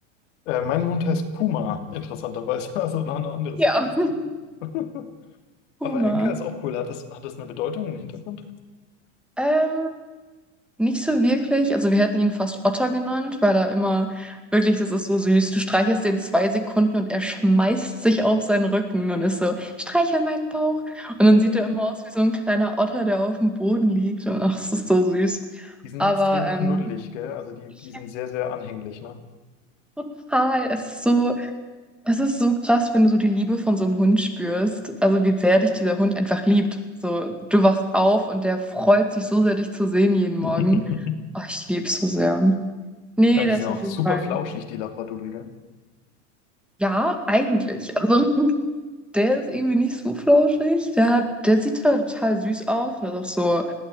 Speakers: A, on the left (about 70°); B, in the centre.
A: Äh, mein Hund heißt Puma, interessanterweise. <laughs> Also noch ein anderes
B: Ja,
A: großes Tier. <laughs>
B: <laughs> Puma.
A: Aber Enka ist auch cool. Hat das, hat das eine Bedeutung, einen Hintergrund?
B: Ähm, nicht so wirklich. Also wir hätten ihn fast Otter genannt, weil er immer, wirklich, das ist so süß. Du streichelst den zwei Sekunden und er schmeißt sich auf seinen Rücken und ist so, streichel meinen Bauch. Und dann
A: <laughs>
B: sieht er immer aus wie so ein kleiner Otter, der auf dem Boden liegt. Und ach, es ist so süß.
A: Die sind
B: Aber
A: extrem
B: ähm,
A: knuddelig, gell? Also die,
B: ich
A: die sind sehr, sehr anhänglich, ne?
B: total, es ist so. Es ist so krass, wenn du so die Liebe von so einem Hund spürst. Also wie sehr dich dieser Hund einfach liebt. So, du wachst auf und der freut sich so sehr, dich zu sehen jeden Morgen.
A: <laughs>
B: Oh, ich liebe es so sehr. Nee,
A: Ja, und
B: der
A: die sind
B: ist
A: auch
B: auf jeden
A: super
B: Fall.
A: flauschig, die Labradudel, gell?
B: Ja, eigentlich. Also <laughs> der ist irgendwie nicht so flauschig. Der hat, der sieht zwar total süß aus, und ist auch so,